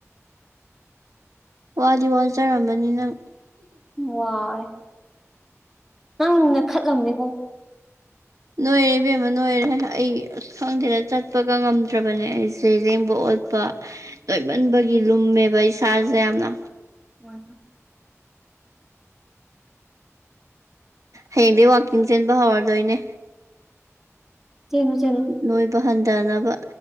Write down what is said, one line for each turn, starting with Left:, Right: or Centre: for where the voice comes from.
Right: ꯋꯥꯗꯤ ꯋꯥꯟꯖꯔꯝꯃꯅꯤ ꯅꯪ
Centre: ꯋꯥꯏ ꯅꯪ ꯅꯣꯏꯈꯠꯂꯝꯃꯤꯕꯣ
Right: ꯅꯣꯏꯔꯦ ꯏꯕꯦꯝꯃ ꯅꯣꯏꯔꯦ ꯑꯩ ꯑꯁ ꯈꯪꯗꯦꯅ ꯆꯠꯄꯒ ꯉꯝꯗ꯭ꯔꯕꯅꯦ ꯑꯩꯁꯦ ꯂꯦꯡꯕ ꯑꯣꯠ ꯄ ꯅꯣꯏꯃꯟꯕꯒꯤ ꯂꯨꯝꯃꯦꯕ ꯏꯁꯥꯁꯦ ꯌꯥꯝꯅ
Centre: <unintelligible>
Right: ꯍꯌꯦꯡꯗꯩ ꯋꯥꯛꯀꯤꯡ ꯆꯦꯟꯕ ꯍꯧꯔꯗꯣꯏꯅꯦ꯫
Centre: ꯆꯦꯂꯣ ꯆꯦꯂꯣ꯫
Right: ꯅꯣꯏꯕ ꯍꯟꯗꯅꯕ